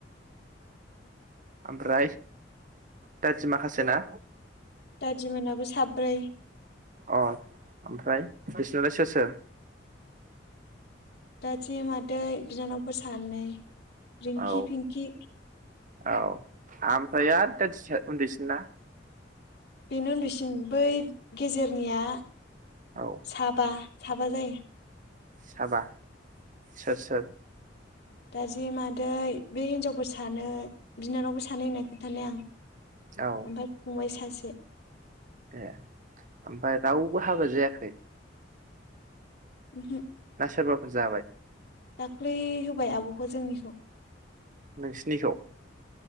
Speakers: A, on the right; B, on the left.
A: ओमफ्राय दादि माखासे ना?
B: दादिमोनाबो साब्रै।
A: अ। ओमफ्राय बिसिनालाय सोर सोर? <inaudible>
B: दादि मादै बिनानावफोर सानै। रिंकि
A: औ
B: फिंकि।
A: औ ओमफ्राय आरो दादि उन्दैसिन ना?
B: बेनो उन्दैसिम बै गेजेरनिया
A: औ
B: साबा। साबा जायो।
A: साबा। सोर सोर?
B: दादि मादै बे हिनजावफोर सानो बिनानावबो सानै होनना खोनथानाया आं। ओमफाय
A: औ
B: फंबाय सासे <inaudible>
A: ए ओमफ्राय रावबो हाबा जायाखै?
B: ओमहो।
A: ना सोरबाफोर जाबाय?
B: दाख्लै होबाय आबखौ जोंनिखौ।
A: नोंसिनिखौ?